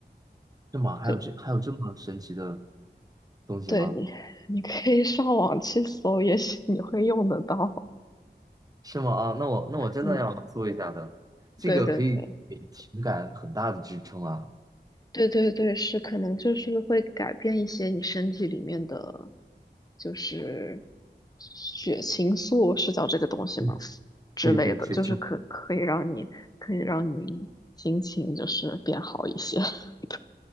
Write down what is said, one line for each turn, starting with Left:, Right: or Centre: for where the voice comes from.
Right: 是吗？还有这还有这么神奇的
Left: 就
Right: 东西吗？
Left: 对你，<laughs> 你可以上网去搜，也许你会用得到。
Right: 是吗？啊，那我那我真的要搜一下的，
Left: 嗯，
Right: 这个可以给情感很大的支撑啊。
Left: 对对对。对对对，是可能就是会改变一些你身体里面的，就是血清素是叫这个东西吗？
Right: 嗯，
Left: 之类的，
Right: 对对，雪球。
Left: 就是可可以让你可以让你心情就是变好一些。<laughs>